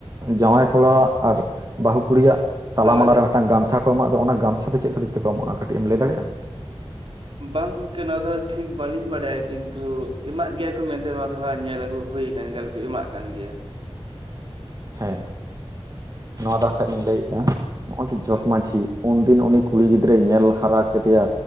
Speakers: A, on the right (about 35°); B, on the right (about 55°).
A: ᱡᱟᱶᱟᱭ ᱠᱚᱲᱟᱣᱟᱜ ᱟᱨ ᱵᱟᱹᱦᱩ ᱠᱩᱲᱤᱭᱟᱜ ᱛᱟᱞᱟᱢᱟᱞᱟ
B: ᱛᱟᱞᱟᱨᱮ
A: ᱨᱮ ᱢᱤᱫᱴᱟᱝ ᱜᱟᱢ ᱡᱟᱦᱟ ᱠᱚ ᱮᱢᱟᱜ ᱫᱚ ᱚᱱᱟ ᱜᱟᱢᱪᱷᱟ ᱫᱚ ᱪᱮᱫ ᱠᱷᱟᱹᱛᱤᱨ ᱛᱮ ᱠᱚ ᱮᱢᱟᱜᱼᱟ ᱠᱟᱹᱴᱤᱡ ᱮᱢ ᱞᱟᱹᱭ ᱫᱟᱲᱮᱭᱟᱜᱼᱟ?
B: ᱵᱟᱝ ᱜᱚᱝᱠᱮ ᱱᱚᱣᱟ ᱫᱚ ᱴᱷᱤᱠ ᱵᱟᱹᱞᱤᱧ ᱵᱟᱰᱟᱭᱟ ᱠᱤᱱᱛᱩ ᱮᱢᱟᱜ ᱜᱮᱭᱟ ᱠᱚ ᱢᱮᱱᱛᱮ ᱱᱚᱣᱟ ᱫᱚ ᱦᱟᱜ ᱧᱮᱞ ᱟᱹᱜᱩ ᱦᱩᱭ ᱟᱠᱟᱱ ᱜᱮᱭᱟ ᱟᱨᱠᱚ ᱮᱢᱟᱜ ᱠᱟᱱ ᱜᱮᱭᱟ᱾
A: ᱦᱮᱸ ᱱᱚᱣᱟ ᱫᱚ ᱟᱱᱠᱷᱟᱡ ᱤᱧ ᱞᱟᱹᱭᱮᱜ ᱱᱚᱜᱼᱚᱭ ᱡᱮ
B: ᱦᱳᱭ
A: ᱡᱚᱜᱽᱢᱟᱺᱡᱷᱤ
B: ᱢᱟ
A: ᱩᱱᱫᱤᱱ ᱩᱱᱤ ᱠᱩᱲᱤ ᱜᱤᱫᱽᱨᱟᱹᱭ ᱧᱮᱞ ᱦᱟᱨᱟ ᱠᱮᱫᱮᱭᱟ